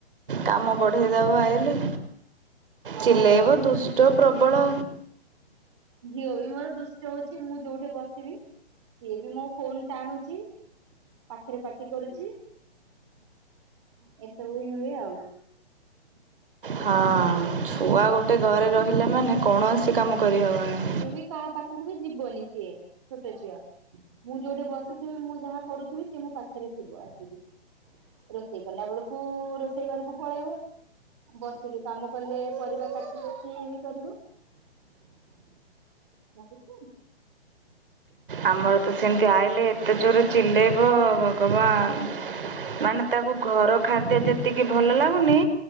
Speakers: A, on the right; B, on the right.
A: କାମ ବଢେଇ ଦବ ଆଇଲେ
B: ହଁ।
A: ଚିଲେଇବ ଦୁଷ୍ଟ ପ୍ରବଳ।
B: ଝିଅ ବି ମୋର ଦୁଷ୍ଟ ହଉଛି ମୁଁ ଯୋଉଠି ବସିବି ସିଏ ବି ମୋ ଫୋନ ଟାଣୁଚି। ପାଖରେ ପାଟି କରୁଛି ଏସବୁ ହିଁ ହୁଏ ଆଉ।
A: ହଁ ଛୁଆ ଗୋଟେ ଘରେ ରହିଲେ ମାନେ କୌଣସି କାମ କରି ହେବନି।
B: ସିଏ ବି କାହା ପାଖକୁ ବି ଯିବନି ସିଏ ଛୋଟ ଝିଅ। ମୁଁ ଯୋଉଠି ବସିଥିବି ମୁଁ ଯାହା କରୁଥିବି ସେ ମୋ ପାଖରେ ଥିବ ଆସିକି। ରୋଷେଇ କଲା ବେଳକୁ ରୋଷେଇ ଘରକୁ ପଳେଇବ। ବସିକି କାମ କଲେ ପରିବା କାଟିଲେ ବି ଇଏ କରିବ। <unintelligible>
A: ଆମର ତ ସେମିତି ଆଇିଲେ ଏତେ ଜୋର ଚିଲେଇବ। ଭଗବାନ ମାନେ ତାକୁ ଘର ଖାଦ୍ୟ ଯେତିକି ଭଲ ଲାଗୁନି।